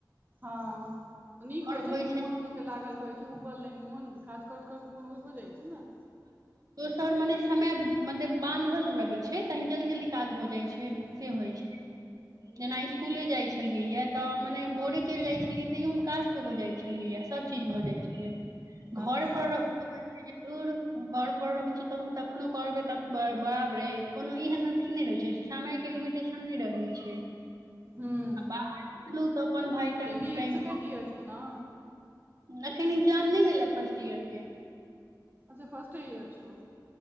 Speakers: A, on the right; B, on the right.
A: हँ नीक
B: आओर
A: होइत छै
B: होइ
A: कनि मोनो लोकके लागल रहैत छै ओ उबल ने मौन काज कर कर तऽ मन उज हो जाइ छै ने
B: सर मने समय मने बानधल रहे छै तहन जल्दी जल्दी काज भ जाय छै
A: हूँ
B: छै से
A: हूँ
B: होइ छै जेना स्कूले जाइ छलियै या तऽ मने भोरे चलि जाइ छलियै तैयोमे काज कऽ केऽ जाइ छलियया सभ चीज भऽ जाइ छलै घर
A: अच्छा
B: पर रहहु त जरूर घर पर रहहु छ त तखनो करबे तख बराबरे कोनो एहन अथिी नहि रहे छै समय के लिमिटेशन नहि रहे छै <inaudible>
A: हूँ
B: आ बाहर निकलू तऽ अपन भाय टाइम
A: ई बी
B: टू टाइम
A: एड सेकेंड
B: कहऽ
A: ईयर छौ ने
B: एखन इन्गजाम नहि मिलय फर्स्ट ईयरके
A: अच्छा फर्स्टे ईयर छौ